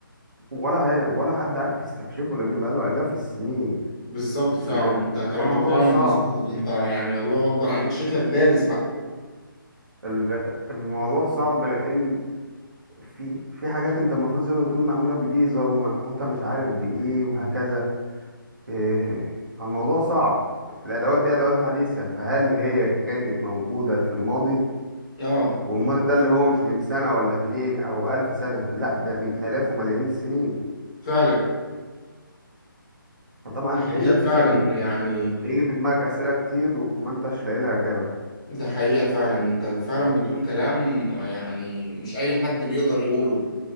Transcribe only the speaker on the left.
بالظبط فعلا
انت كلامك
فعلا
مظبوط انت يعني الله اكبر عليك شكلك دارس بقى
اه
فعلا
حقيقه
فعلا يعني
ده حقيقه فعلا انت فعلا بتقول كلام يعني مش اي حد بيقدر يقوله